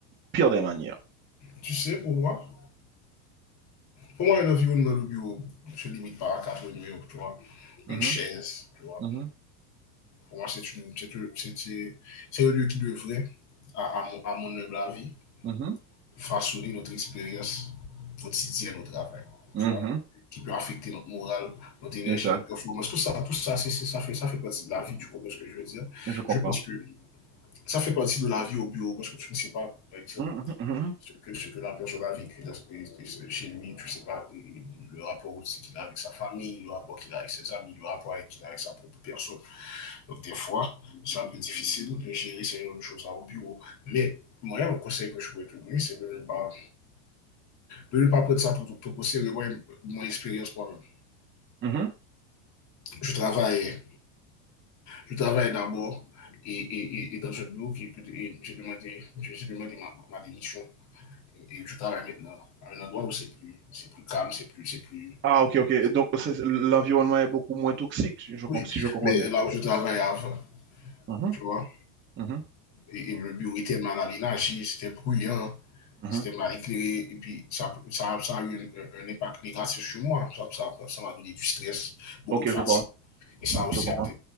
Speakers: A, on the right (about 25°); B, on the left (about 35°).
A: pire des manières.
B: Tu sais, pour moi, pour moi, un environnement de bureau se limite pas à quatre murs, tu vois,
A: Mhm,
B: une chaise, tu vois.
A: mhm,
B: Pour moi, c'est une, c'est une- c'est- c'est- c'est un lieu qui devrait, à, à mon, à mon humble avis,
A: mhm,
B: façonner notre expérience quotidienne au travail,
A: mhm.
B: tu vois, qui peut affecter notre morale, notre énergie,
A: Exact,
B: notre performance, tout ça, tout ça, c'est, c'est- ça fait, ça fait partie de la vie, tu comprends ce que je veux dire?
A: je comprends.
B: Je pense que ça fait partie de la vie au bureau parce que tu ne sais pas, par exemple,
A: Mhm, mhm, mhm.
B: ce que, ce que la personne a vécu dans ce, chez lui, tu ne sais pas le rapport aussi qu'il a avec sa famille, le rapport qu'il a avec ses amis, le rapport qu'il a avec sa propre personne. Donc, des fois, c'est un peu difficile de gérer ces choses-là au bureau. Mais moi, le conseil que je pourrais te donner, c'est de ne pas, de ne pas prendre ça pour tout possible. Moi, mon expérience, moi-même,
A: Mhm.
B: je travaille, je travaille d'abord et, et, et, et, dans un bureau, qui, et j'ai demandé, j'ai demandé ma, ma démission Et je travaille maintenant à un endroit où c'est plus, c'est plus calme, c'est plus, c'est plus,
A: Ah, ok, ok.
B: c'est-
A: Donc,
B: plus
A: c'est- l'environnement est beaucoup moins toxique, si je, com-
B: oui.
A: si je comprends
B: Mais
A: bien.
B: là où je travaillais avant,
A: Mhm,
B: tu vois,
A: mhm,
B: et, et le bureau était mal aménagé, c'était bruyant,
A: mhm.
B: c'était mal éclairé, et puis ça, ça, ça a eu un, un impact négatif sur moi. Ça, ça, ça m'a donné du stress, beaucoup
A: Ok,
B: de fatigue,
A: je vois,
B: et ça a aussi
A: je comprends.
B: a atteint